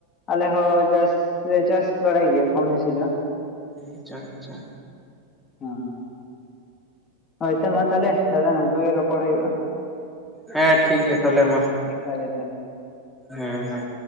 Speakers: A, on the left (about 25°); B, in the centre.
A: ᱟᱞᱮ ᱦᱚᱸ ᱪᱟᱥ ᱞᱮ ᱪᱟᱥ ᱵᱟᱲᱟᱭ ᱜᱮᱭᱟ ᱠᱚᱢ ᱵᱮᱥᱤ ᱫᱚ
B: ᱟᱪᱪᱷᱟ ᱟᱪᱪᱷᱟ
A: ᱦᱚᱸ ᱦᱳᱭ ᱛᱚ ᱢᱟ ᱛᱟᱦᱚᱞᱮ ᱫᱟᱫᱟ ᱱᱚᱝᱠᱟ ᱜᱮ ᱨᱚᱯᱚᱲ ᱦᱩᱭᱩᱜᱼᱟ᱾
B: ᱦᱮᱸ ᱴᱷᱤᱠ ᱜᱮᱭᱟ ᱛᱟᱦᱚᱞᱮ ᱢᱟ
A: ᱮᱠᱟᱞ ᱮᱠᱟᱞ
B: ᱦᱮᱸ ᱦᱮᱸ